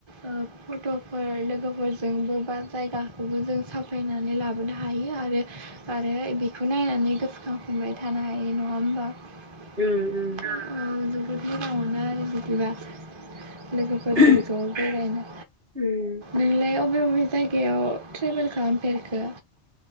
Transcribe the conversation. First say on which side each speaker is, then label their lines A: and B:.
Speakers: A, on the right (about 30°); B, on the right (about 60°).
A: ओ फट'फोर लोगोफोरजोंबो बा जायगाखौबो जों साफायनानै लाबोनो हायो आरो आरो बेखौ नायनानै गोसोखां मोनबाय थानो हायो नङा होमबा? औ
B: उम उम
A: बेनि राव मोनो आरो बिदिबा लोगोफोरजों
B: उम
A: ज' बेरायनो
B: होमबा
A: नोंलाय अ बबे बबे जायगायाव ट्रेभेल खालामफेरखो